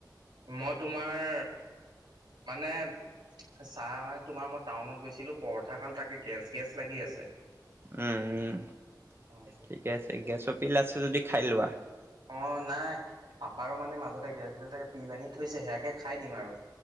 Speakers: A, on the right (about 85°); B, on the right (about 35°).
A: মই তোমাৰ মানে চাহ <unintelligible> তোমাৰ মই টাউনত কৈছিলোঁ পৰঠা খাম। তাকে গেছ গেছ লাগি আছে।
B: উম, উম।
A: অ
B: ঠিকে আছে গেছৰ পিল আছে যদি খাই লোৱাঁ।
A: অ', নাই। পাপাৰোঁ মানে মাজতে গেছ হৈছিল তাকে পিল আনি থৈছে সেয়াকে খাই দিম আৰু।